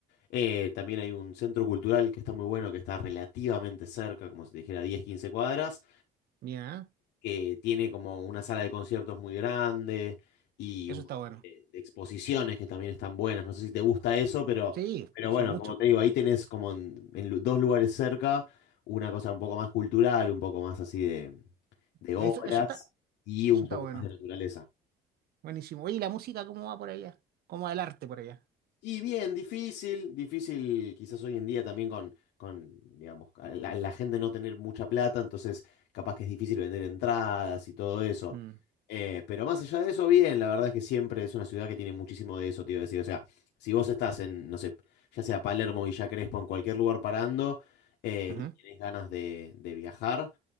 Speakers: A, on the left; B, on the right.
A: Eh, también hay un centro cultural que está muy bueno, que está relativamente cerca, como si te dijera 10 15 cuadras,
B: Mira,
A: que tiene como una sala de conciertos muy grande y
B: eso
A: un
B: está
A: montón
B: bueno.
A: de, de exposiciones que también están buenas. No sé si te gusta eso, pero,
B: Sí,
A: pero
B: pues,
A: bueno,
B: sí, mucho.
A: como te digo, ahí tenés como en, en lu- dos lugares cerca una cosa un poco más cultural, un poco más así de, de obras
B: Eso, eso está,
A: y
B: eso
A: un
B: está
A: poco
B: bueno.
A: más de naturaleza.
B: Buenísimo. Oye, ¿y la música cómo va por allá? ¿Cómo va el arte por allá?
A: Y bien, difícil, difícil quizás hoy en día también con, con digamos, a la, a la gente no tener mucha plata, entonces capaz que es difícil vender entradas y todo eso.
B: Mm,
A: Eh, pero más allá de eso, bien, la verdad es que siempre es una ciudad que tiene muchísimo de eso, te iba a decir. O sea, si vos estás en, no sé, ya sea Palermo, Villa Crespo, en cualquier lugar parando eh,
B: ujú.
A: y tenés ganas de, de viajar